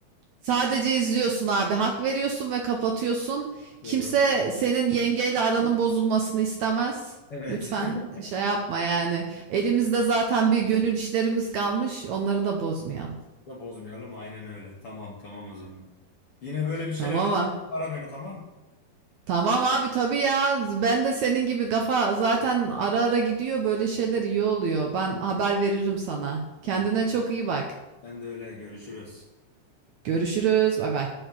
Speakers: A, on the right; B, on the left.
A: Sadece izliyorsun abi. Hak veriyorsun ve kapatıyorsun.
B: Veriyorum.
A: Kimse
B: bakalım.
A: senin yengeyle aranın bozulmasını istemez.
B: Evet.
A: Lütfen
B: <laughs>
A: şey yapma yani. Elimizde zaten bir gönül işlerimiz kalmış. Onları da bozmayalım.
B: Da bozmayalım. Aynen öyle. Tamam tamam o zaman. Yine böyle bir şeylerde
A: Tamam mı?
B: ara beni tamam.
A: Tamam abi tabii ya. Ben de senin gibi kafa zaten ara ara gidiyor. Böyle şeyler iyi oluyor. Ben haber veririm sana.
B: Tamam.
A: Kendine
B: tamam.
A: çok iyi bak.
B: Sen de öyle görüşürüz.
A: Görüşürüz. Bay bay.